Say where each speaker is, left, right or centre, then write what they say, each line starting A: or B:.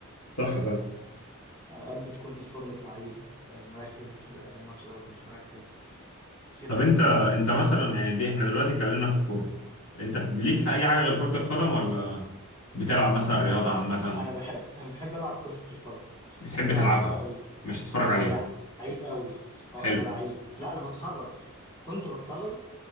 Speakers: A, on the left (about 85°); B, on the left (about 20°).
A: صح فعلا
B: اوقات بتكون فورمة لعيب آه، مركز آه، الماتش دوت مش مركز كده
A: طب أنت
B: يعني
A: أنت مثلا يعني دي إحنا دلوقتي اتكلمنا في الكورة أنت ليك
B: مم.
A: في أي حاجة غير كرة القدم ولا بتلعب مثلا رياضة
B: انا بح
A: عامة
B: انا بحب انا بحب العب كرة القدم
A: بتحب
B: بحب
A: تلعبها
B: العب كرة قوي
A: مش تتفرج عليها
B: ولعيب قوي اه
A: حلو
B: انا لعيب لا انا بتفرج كنت بتفرج